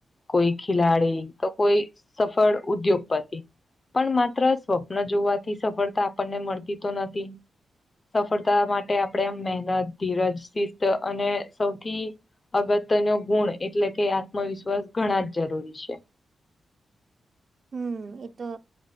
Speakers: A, on the left; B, on the right.
A: કોઈ ખેલાડી, તો કોઈ સફળ, ઉદ્યોગપતિ. પણ માત્ર સ્વપ્ન જોવાથી સફળતા આપણને મળતી તો નથી. સફળતા માટે આપણે આમ મહેનત ધીરજ શિસ્ત અને સૌથી. અગત્ય ન ગુણ એટલે કે આત્મવિશ્વાસ ઘણા જ જરૂરી છે.
B: હમ એ તો